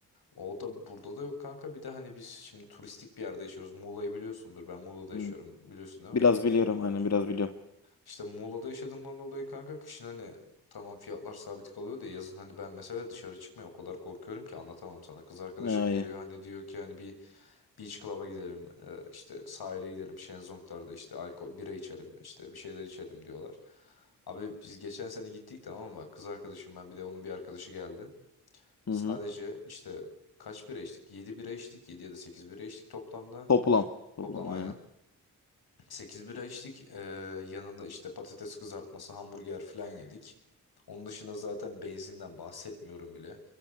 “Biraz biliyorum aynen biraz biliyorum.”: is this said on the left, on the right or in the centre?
Left